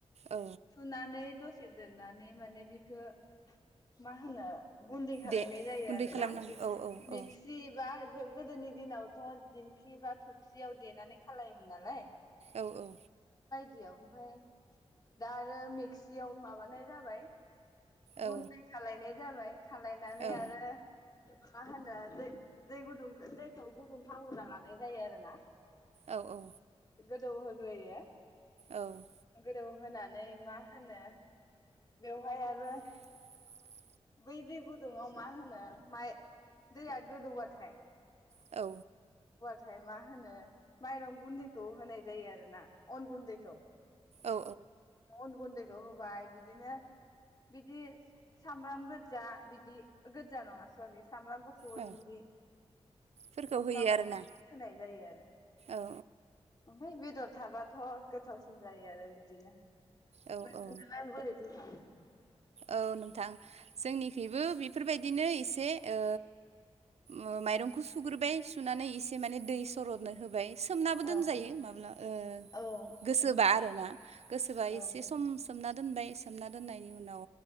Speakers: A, on the right; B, on the left.
A: औ
B: सुनानै दसे दोननानै माने बिखो मा होनो गुन्दै खालायनाय
A: दे
B: जायो
A: गुन्दै
B: आरो
A: खालामनांगौ
B: ना मिक्स
A: औ औ
B: मिक्सि बा गोदोनि दिनावथ दिंखि बा थबसियाव देनानै खालायोमोन नालाय
A: औ औ
B: दियाव ओमफाय दा आरो मेक्सियाव माबानाय जाबाय गुन्दै
A: औ
B: खालायनाय जाबाय खालायनानै
A: औ
B: आरो मा होनो दै दै गुदुं दैखौ गुदुं खावलाना लानाय जायो आरो ना
A: औ औ
B: गोदौ होग्रोयो
A: औ
B: दौ होनानै मा होनो बेवहाय आरो
A: <inaudible>
B: बै दै गुदुङाव मा होनो माइ दैया गोदौबाथाय
A: औ
B: थाय मा होनो माइरं गुन्दैखौ होनाय जायो आरो ना अन गुन्दैखौ
A: औ
B: अन गुन्दैखौ होबाय बिदिनो बिदि सामब्राम गोजा बिदि गोजा नङा सरि सामब्राम गुफुर
A: औ
B: बिदि
A: फोरखौ
B: मस्ला
A: होयो
B: मस्लि
A: आरो ना
B: होनाय जायो आरो
A: औ
B: ओमफ्राय बेदर थाबाथ' गोथावसिन जायो आरो बिदिनो
A: औ
B: नोंसोरनालाय
A: औ
B: बोरैथो जायो
A: औ नोंथां जोंनिखैबो बेफोरबायदिनो एसे ओ ओ माइरंखौ सुग्रोबाय सुनानै एसे माने दै सरदनो होबाय सोमनाबो दोनजायो
B: औ
A: माबा ओ
B: औ
A: गोसोबा
B: उम
A: आरोना गोसोबा
B: उम
A: एसे समसि सोमना दोनबाय सोमना दोननायनि उनाव